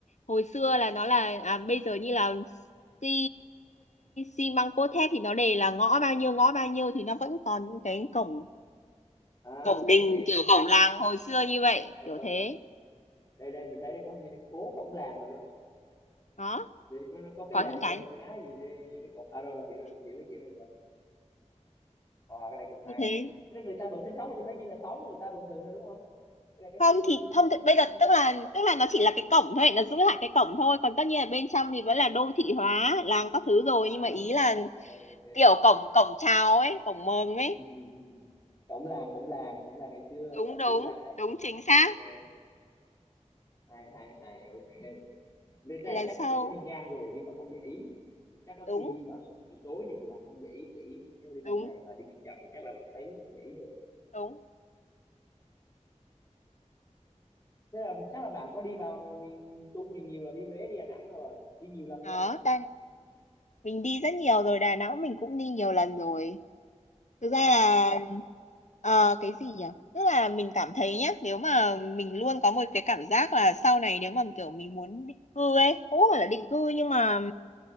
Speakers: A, on the left; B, on the left.
A: hồi xưa là nó là à, bây giờ như là xi xi măng cốt thép thì nó để là ngõ bao nhiêu ngõ bao nhiêu thì nó vẫn còn những cái cổng
B: à
A: cổng đình
B: I see,
A: kiểu
B: I see.
A: cổng làng hồi xưa như vậy
B: Ờ,
A: kiểu
B: ờ,
A: thế
B: đây đây mình thấy có cái phố cổng làng rồi cơ.
A: đó
B: Đây có nó có cái
A: có
B: làng
A: những cái
B: Đông Xá gì đây, những cái cổng à rồi rồi hiểu rồi, hiểu cái kiểu này rồi. Ờ cái này cũng
A: như
B: hay.
A: thế
B: Thế là người ta vẫn sinh sống ở trong đó như là xóm người ta bình thường thôi đúng không? Đây là cái
A: không
B: khu
A: thì
B: xóm
A: không thực-
B: của người
A: bây
B: ta
A: giờ
B: mà.
A: tức là tức là nó chỉ là cái cổng thôi nó giữ lại cái cổng thôi còn tất nhiên là bên trong thì vẫn là đô thị hóa làng các thứ rồi
B: À
A: nhưng mà ý là
B: ok ok.
A: kiểu cổng cổng chào ấy cổng mừng ấy
B: Ừ, ừ, ừ. ừ. Cổng làng, cổng làng, cổng làng ngày xưa
A: đúng
B: vẫn
A: đúng
B: giữ lại.
A: đúng chính xác
B: Ok. hay hay hay ok nên cái
A: thì
B: này
A: là
B: chắc
A: sau
B: là cũng có đi ngang rồi nhưng mà không để ý chắc có
A: đúng
B: khi đi vào tầm buổi tối nên là không để ý kỹ nếu mà đi ban
A: đúng
B: ngày mà đi chậm chậm thì chắc là bạn thấy vẫn để ý được
A: đúng
B: thế là chắc là bạn có đi vào miền Trung này nhiều rồi đi Huế đi Đà Nẵng rồi đi nhiều lần
A: đó
B: chưa
A: ta mình đi rất nhiều rồi Đà Nẵng mình cũng đi nhiều lần rồi thực
B: wow
A: ra là ờ, cái gì nhỉ tức là mình cảm thấy nhá nếu mà mình luôn có một cái cảm giác là sau này nếu mà kiểu mình muốn định cư ấy cũng không phải là định cư nhưng mà